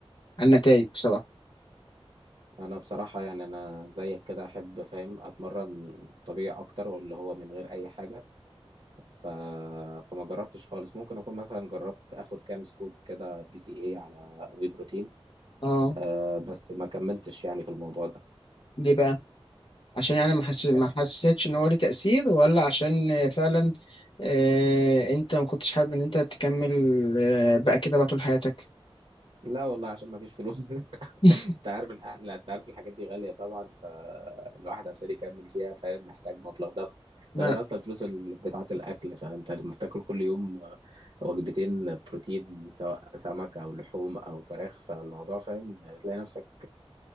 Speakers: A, on the left (about 55°); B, on the right (about 70°).
A: على النتائج بصراحة
B: انا بصراحة يعني انا زيك كده احب فاهم اتمرن طبيعي اكتر واللي هو من غير اي حاجة ف... فما جربتش خالص ممكن اكون مثلا جربت اخد كام سكوب كده بي سي اي على وي بروتين
A: اه
B: أه بس ما كملتش يعني في الموضوع ده
A: ليه بقى عشان يعني ما حس... ما
B: آه،
A: حسيتش ان هو ليه تأثير ولا عشان فعلا آه... انت ما كنتش حابب ان انت تكمل آه... بقى كده بقى طول حياتك
B: لا والله عشان ما فيش فلوس <laughs>
A: <laughs>
B: انت عارف الح... لا انت عارف الحاجات دي غالية طبعا فالواحد عشان يكمل فيها فاهم محتاج مبلغ ضخم
A: ما
B: ده غير اصلا الفلوس ال- بتاعة الاكل فانت لما بتاكل كل يوم آه، وجبتين بروتين سواء سمك او لحوم او فراخ فالموضوع فاهم تلاقي نفسك